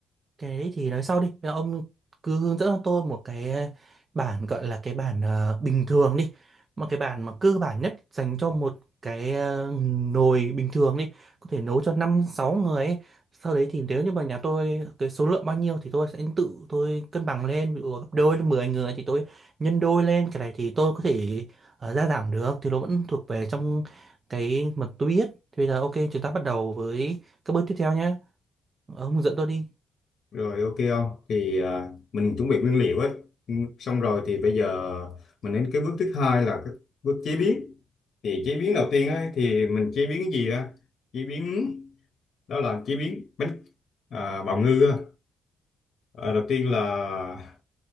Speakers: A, on the right; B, on the left.
A: cái đấy thì nói sau đi bây giờ ông cứ hướng dẫn cho tôi một cái ờ, bản gọi là cái bản ờ, bình thường đi một cái bản mà cơ bản nhất dành cho một cái ờ, nồi bình thường đi có thể nấu cho năm sáu người ấy. sau đấy thì nếu như mà nhà tôi cái số lượng bao nhiêu thì tôi sẽ tự tôi cân bằng lên ví dụ gấp đôi lên 10 người thì tôi nhân đôi lên cái này thì tôi có thể ờ, gia giảm được thì nó vẫn thuộc về trong cái mà tôi biết thì bây giờ ok chúng ta bắt đầu với các bước tiếp theo nhé ông hướng dẫn tôi đi
B: Rồi ok không? Thì à, mình chuẩn bị nguyên liệu ấy. Ừ, Xong rồi thì bây giờ mình đến cái bước thứ hai là cái bước chế biến. Thì chế biến đầu tiên ấy thì mình chế biến cái gì á? Chế biến đó là chế biến bánh à, bào ngư á. À, đầu tiên là